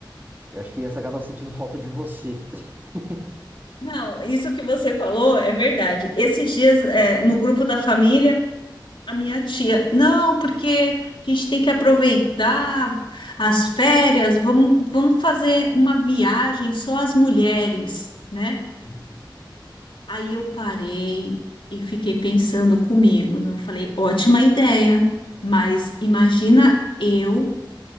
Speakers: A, on the right; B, on the left.
A: Eu acho que essa acaba sentindo falta de você. <laughs>
B: Não, isso que você falou é verdade. Esses dias, é, no grupo da família, a minha tia, não, porque a gente tem que aproveitar as férias, vamos, vamos fazer uma viagem só as mulheres, né?
A: Uhum.
B: Aí eu parei e fiquei pensando comigo. né? Eu falei, ótima ideia, mas imagina eu